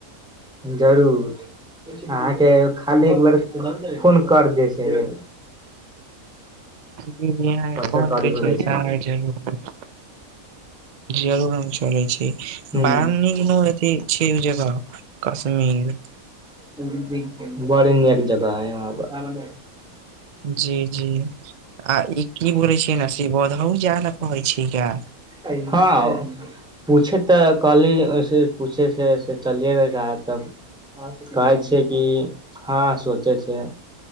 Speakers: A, in the centre; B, on the right (about 60°).
A: जरूर अहाँके खाली एक बेर फोन कर दे छै <inaudible>
B: <inaudible>
A: पैसा कौड़ी हो जाइ छै
B: जरूर हम छो चले छी
A: ह
B: बार नीक छी ओ जगह काश्मीर
A: <inaudible> बरी नीक जगह अहा क
B: जी जी आ ई की बोलै छिय ने से बौधउ जाय ल पड़ै छै गा
A: हँ पूछे तऽ कहली पूछे सेऐ चलिये तब कहै छै कि हँ सोचै छै